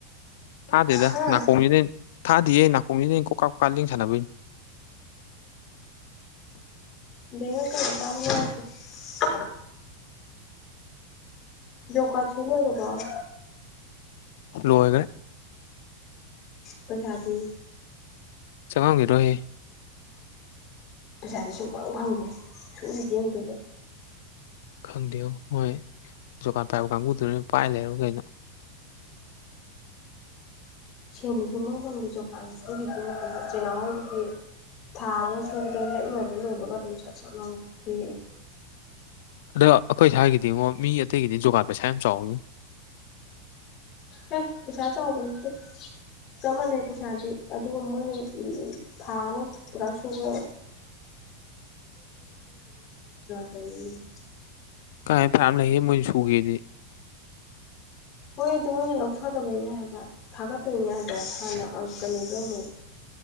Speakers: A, on the left; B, on the left.
A: ꯇꯥꯗꯦꯗ
B: ꯍꯥ
A: ꯅꯥꯀꯣꯡ <unintelligible> ꯊꯥꯗꯤꯌꯦ ꯅꯥꯀꯣꯡꯖꯤꯗ ꯑꯩꯅ ꯀꯣ ꯀꯥ ꯀꯥ ꯂꯦꯡ ꯁꯅꯕꯅꯤ
B: <unintelligible> ꯖꯣ ꯀꯥꯠ ꯁꯨ ꯂꯣꯏꯔꯕꯣ
A: ꯂꯣꯏꯒꯔꯦ
B: ꯄꯩꯁꯥꯗꯤ
A: ꯆꯪꯉꯥꯡꯈꯤꯔꯣꯏꯍꯦ
B: ꯄꯩꯁꯥꯗꯤ ꯁꯨꯡꯐꯪ ꯐꯪꯗꯦ ꯁꯨꯔꯤꯗꯤ ꯑꯝꯇꯥ ꯑꯣꯏꯕ
A: ꯈꯪꯗꯦꯉꯣ ꯃꯣꯏ ꯖꯣꯀꯥꯠ ꯄꯥꯏꯕ ꯀꯥꯡꯕꯨꯗꯨ ꯄꯥꯏ ꯂꯩꯔꯕ ꯀꯩꯅꯣ
B: ꯁꯦꯟꯕꯗꯤ ꯁꯨꯡꯐꯪ ꯐꯪꯗꯦ ꯖꯣꯀꯥꯟ ꯁꯨꯔꯤꯗꯦ ꯅꯠꯇꯕ ꯆꯦꯅꯥꯎꯡ ꯍꯣꯏꯒꯤꯗꯤ ꯊꯥ ꯑꯃ ꯁꯨꯕꯗ ꯍꯦꯛ ꯅꯣꯏꯕ ꯅꯣꯏꯕꯒ ꯑꯗꯨꯝ ꯁꯣꯠ ꯁꯣꯠꯅꯕ ꯄꯤꯔꯛꯑꯦ
A: ꯑꯗꯣ ꯑꯩꯈꯣꯏ ꯁ꯭ꯋꯥꯏꯒꯤꯗꯤꯡꯉꯣ ꯃꯤ ꯑꯇꯩꯒꯤꯗꯤ ꯌꯣꯀꯥꯟ ꯄꯩꯁꯥ ꯌꯥꯝ ꯆꯥꯎꯋꯏꯤ
B: ꯍꯦ ꯄꯩꯁꯥ ꯆꯥꯎꯕ ꯅꯠꯇꯦ ꯆꯞ ꯃꯥꯟꯅꯩ ꯄꯩꯁꯥꯗꯤ ꯑꯗꯨꯒ ꯃꯣꯏꯅ ꯊꯥ ꯑꯃ ꯄꯨꯔꯥ ꯁꯨꯕ <unintelligible>
A: ꯀꯃꯥꯏꯅ ꯐꯅꯥꯝ ꯂꯩꯒꯦ ꯃꯣꯏꯅ ꯁꯨꯒꯦꯗꯤ
B: ꯍꯣꯏ ꯑꯗꯨ ꯃꯣꯏꯅ ꯂꯧꯊꯗꯕꯩꯅꯦ ꯍꯥꯏꯕ ꯊꯥꯒꯠꯇꯣꯏꯅꯦ ꯍꯥꯏꯕꯗꯣ ꯍꯥꯟꯅ ꯑꯥ ꯀꯩꯅꯣꯗ ꯑꯃꯨꯛ